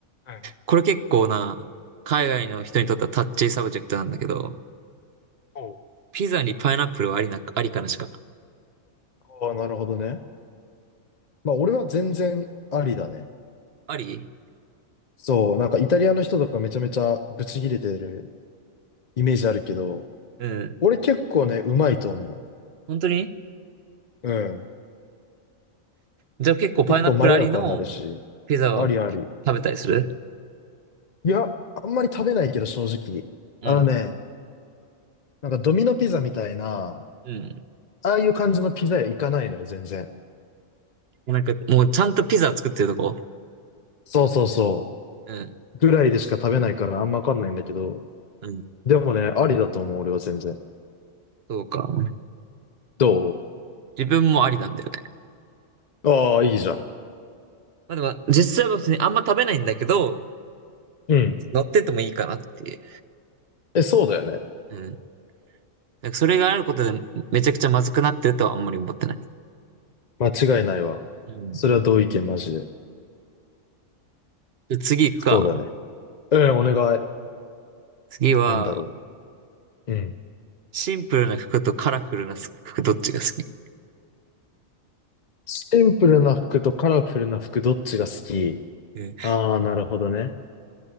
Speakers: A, on the left; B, on the right.
A: うん。
B: これ結構な、海外の人にとってはタッチーサブジェクトなんだけど、
A: おう。
B: ピザにパイナップルはありな、ありかなしか。
A: ああ、なるほどね。まあ、俺は全然ありだね。
B: あり
A: そう、なんかイタリアの人とかめちゃめちゃブチギレてるイメージあるけど、
B: うん。
A: 俺結構ね、うまいと思
B: 本当に
A: う。うん。
B: じゃあ結構パイナップルありの
A: 結構まろやかになるし、
B: ピザは結構食べたりする
A: ありあり。いや、あんまり食べないけど正直。
B: うん。
A: あのね、なんかドミノピザみたいな、
B: うん。
A: ああいう感じのピザ屋行かないのよ、全然。
B: なんかもうちゃんとピザ作ってるとこ
A: そうそうそ
B: うん。
A: う。ぐらいでしか食べないからあんまわかんないんだけど、
B: うん。
A: でもね、ありだと思う、俺は全然。
B: そうか。
A: ど
B: 自分もありなんだよね。
A: うああ、いいじゃん。
B: まあでも、実際は別にあんま食べないんだけど、
A: うん。
B: 乗っててもいいかなっていう。
A: え、そうだよね。
B: うん。なんかそれがあることでめちゃくちゃまずくなってるとはあんまり思ってない。
A: 間違いないわ。
B: うん。
A: それは同意見、マジで。
B: で次行くか。
A: そうだね。うん、お願い。
B: 次は、
A: なんだろう。うん。
B: シンプルな服とカラフルな服どっちが好き
A: シンプルな服とカラフルな服、どっちが好き
B: うん。
A: ああー、なるほどね。